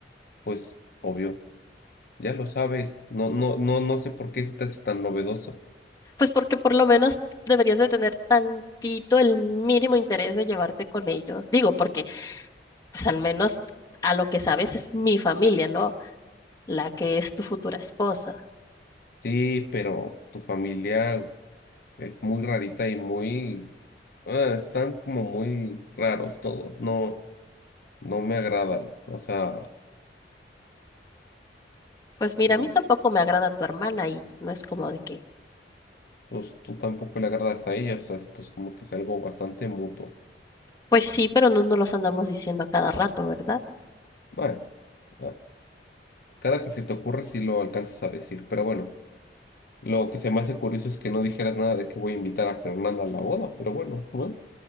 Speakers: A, on the left; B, on the left.
A: Pues obvio. Ya lo sabes, no, no, no, no sé por qué eso te hace tan novedoso.
B: Pues porque por lo menos deberías de tener tantito el mínimo interés de llevarte con ellos. Digo, porque pues al menos a lo que sabes es mi familia, ¿no? La que es tu futura esposa.
A: Sí, pero tu familia es muy rarita y muy, ah, están como muy raros todos, no, no me agradan. O sea,
B: Pues mira,
A: no-
B: a mí tampoco me agrada tu hermana y no es como de que,
A: pues tú tampoco le agradas a ella, o sea, esto es como que es algo bastante mutuo.
B: pues sí, pero no nos los andamos diciendo a cada rato, ¿verdad?
A: Bueno, ah, cada que se te ocurre si lo alcanzas a decir, pero bueno, lo que se me hace curioso es que no dijeras nada de que voy a invitar a Fernanda a la boda, pero bueno, ¿no?